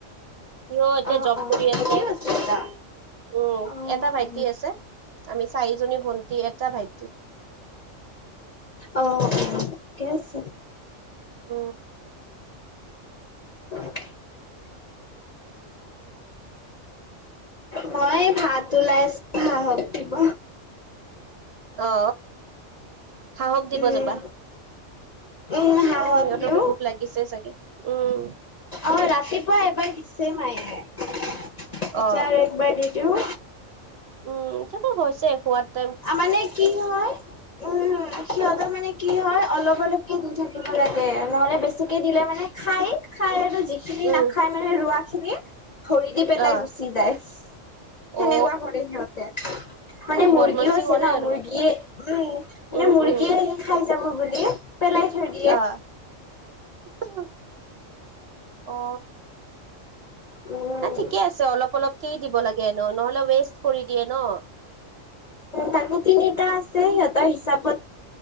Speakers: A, on the right (about 60°); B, on the left (about 45°).
A: হিও এতিয়া
B: অ
A: জব
B: অ
A: কৰি
B: ঠিকেই
A: আছে।
B: দা
A: উম
B: অ
A: এটা ভাইটি
B: অ
A: আছে আমি চাৰিজনী ভন্টি এটা ভাইটি।
B: অ অ ঠিকে আছে।
A: অ।
B: <inaudible> মই ভাত ওলাই আছ মা হক দিব।
A: অ, হাহক দিব
B: উম
A: যাবা।
B: উম হাঁহক
A: অ, সিহঁতকো
B: দিওঁ
A: ভোক লাগিছে চাগে উম।
B: অ ৰাতিপুৱা এবাৰ দিছে মায়ে এতিয়া
A: অ।
B: আৰু একবাৰ দি দিওঁ।
A: উম, ঠিকে হৈছে সোৱাত
B: আ মানে কি হয়, উম সিহঁতৰ মানে কি হয়? অলপ-অলপকে দি থাকিব লাগে নহলে বেছিকে দিলে মানে খাই - খাই আৰু যি খিনি
A: উম
B: নাখাই মানে ৰোৱাখিনি ভৰি দি পেলাই
A: অ
B: গুচি যায়। সেনেকুৱা
A: অ
B: কৰে সিহঁতে মানে মুৰ
A: বদমাচি
B: গী আছে
A: কৰে
B: ন
A: আৰু
B: মুৰ্গীয়ে উম মানে
A: উম
B: মুৰ্গীয়ে
A: উম
B: সেই খাই যাব বুলি পেলাই থৈ দি
A: আহ উহু অ
B: উম
A: না ঠিকে আছে অলপ অলপকেই দিব লাগেনো নহলে ৱেষ্ট কৰি দিয়ে ন?
B: তাকে তিনিটা আছে সিহঁতৰ হিচাপত,